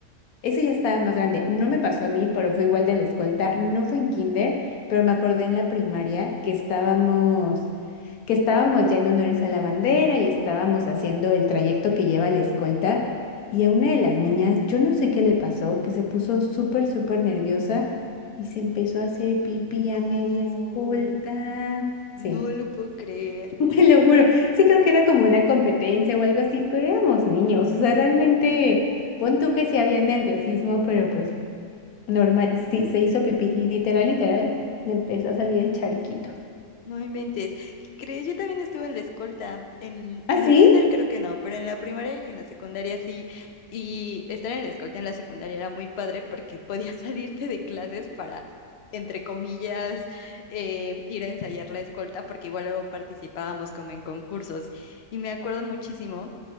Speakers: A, on the left; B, on the left.
A: Ese ya estaba más grande. No me pasó a mí, pero fue igual de la escolta. No fue en kinder, pero me acordé en la primaria que estábamos, que estábamos ya en honores a la bandera y estábamos haciendo el trayecto que lleva la escolta. Y a una de las niñas, yo no sé qué le pasó, que se puso súper, súper nerviosa y se empezó a hacer pipí
B: No,
A: a media escolta.
B: no
A: Sí,
B: lo puedo creer.
A: <laughs> te lo juro. Sí, creo que era como una competencia o algo así, pero éramos niños. O sea, realmente, pon tú que sí había nerviosismo, pero pues. Normal, sí, se hizo pipí, literal, literal, le empezó a salir el charquito.
B: No inventes. ¿Qué crees? Yo también estuve en la escolta. En,
A: ¿Ah,
B: en
A: sí?
B: el kinder creo que no, pero en la primaria y en la secundaria sí. Y estar en la escolta en la secundaria era muy padre porque <laughs> podías salirte de clases para, entre comillas, eh, ir a ensayar la escolta, porque igual luego participábamos como en concursos. Y me acuerdo muchísimo.